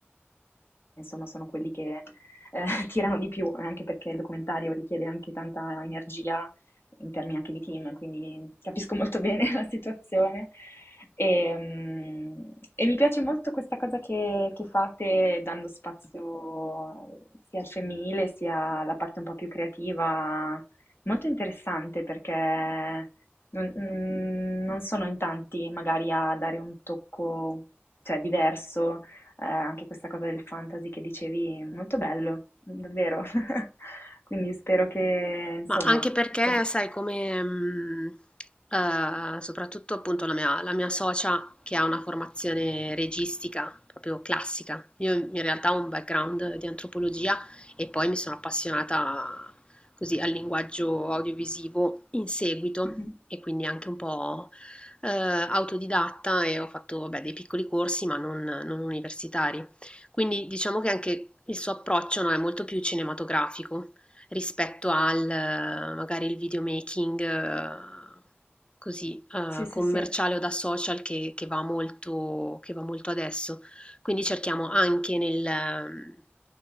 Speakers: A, on the left; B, on the left.
A: Insomma, sono quelli che, ehm, <laughs> tirano di più, eh, anche perché il documentario richiede anche tanta energia in termini anche di team, quindi capisco molto bene <laughs> la situazione. Ehm, e mi piace molto questa cosa che che fate dando spazio sia al femminile, sia alla parte un po' più creativa. Molto interessante perché non mhmm, non sono in tanti magari a dare un tocco, cioè diverso eh, anche questa cosa del fantasy che dicevi, molto bello, davvero. <laughs> Quindi spero che, insomma,
B: Ma anche perché,
A: pian-
B: sai, come mh, eh, soprattutto appunto la mia, la mia socia che ha una formazione registica proprio classica. Io in realtà ho un background di antropologia e poi mi sono appassionata così al linguaggio audiovisivo in seguito
A: Mhm.
B: e quindi anche un po' eh, autodidatta e ho fatto vabbè, dei piccoli corsi ma non, non universitari. Quindi diciamo che anche il suo approccio, no, è molto più cinematografico rispetto al eh, magari il videomaking eh, così eh,
A: Sì, sì,
B: commerciale
A: sì,
B: o da social che, che va molto, che va molto adesso. Quindi cerchiamo anche nel, ehm,